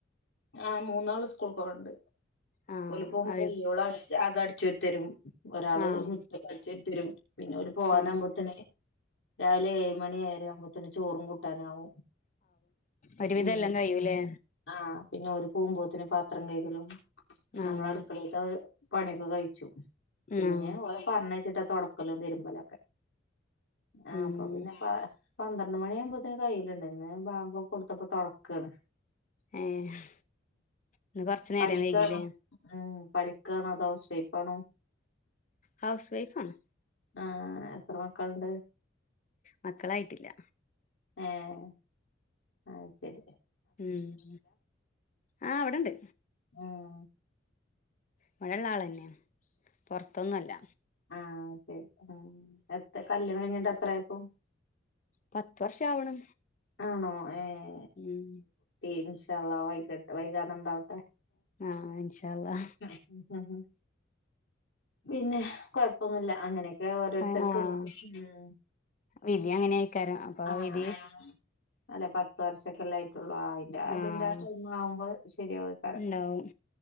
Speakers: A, on the left (about 70°); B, on the left (about 40°).
A: ആഹ് മൂന്നാള് സ്കൂൾക്ക് പോകാണ്ട്
B: ആഹ്
A: ഒല് പോകുമ്പോ
B: അവര്
A: വലിയോള് ആകം അടിച്ചുവാരിത്തരും ഒരാള്
B: ആഹ്
A: മുറ്റം അടിച്ച് വാരുത്തരും പിന്നെ പോകാനാവുമ്പോത്തിന്
B: ആഹ്
A: രാവിലെ ഏഴ് മണി ഏഴര ആവുമ്പോത്തിന് ചോറും കൂട്ടാനാവും
B: ഒരു വിതം
A: ഉം
B: എല്ലാം കയ്യുംല്ലെ
A: ആഹ് പിന്നെ ഒരു പോവുമ്പോത്തേന പാത്രം കയ്കലും
B: ആഹ്
A: നമ്മള അടുക്കളേതെ പണിയൊക്കെ കഴിച്ചു പിന്നെ
B: ആഹ്
A: പറഞ്ഞേച്ചിട്ടാ തൊടക്കലും തിരുമ്പലൊക്കെ
B: ഉം
A: ആഹ് അപ്പൊപിന്നെ പന്ത്രണ്ട് മണിയവുമ്പത്തേന് കയ്യിലുണ്ട് ഇന്ന് ബാങ്കൊക്കെ കൊടുത്തപ്പോ തൊടക്കാണ്
B: ഏഹ് ഇന്ന് കൊറച്ച്നേരം
A: പഠിക്കാണ്
B: വൈകീലെ
A: ഉം പഠിക്കാണോ അതോ ഹൗസ് വൈഫാണോ
B: ഹൗസ് വൈഫാണ്
A: ആഹ് എത്ര മക്കള് ണ്ട്
B: മക്കളായിട്ടില്ല
A: ഏഹ് അയ്ശരി
B: ഉം ഉം ആഹ് ഇവിടെണ്ട്
A: ഉം
B: ഇവടള്ള ആളന്നെയ പൊറത്തൊന്നുവല്ല
A: ആഹ് ശരി എത്ര കല്യാണം കഴിഞ്ഞിട്ട് എത്രയാപ്പം
B: പത്ത് വർഷം ആവണ്
A: ആണോ ഏഹ്
B: ഉം
A: ഇൻഷാള്ള വൈകട്ട് വൈകാതെ ഇണ്ടാവട്ടെ
B: ആഹ് ഇൻഷാ അള്ളാ
A: ഏഹ് ഉം പിന്നെ കൊഴപ്പൊന്നില്ല അങ്ങനെയക്കെ ഓരോത്തർക്ക്
B: ആഹ്
A: ഉം
B: വിധി അങ്ങനെയായിക്കാരം അപ്പൊ ആ
A: ആഹ്
B: വിധി
A: അല്ല പത്ത് വർഷക്കല്ല ആയിട്ടുള്ളു അതിന്റെ അതിന്റെ
B: ആഹ്
A: ടൈം ആവുമ്പ ശരിയാവാരിക
B: ഇണ്ടാവും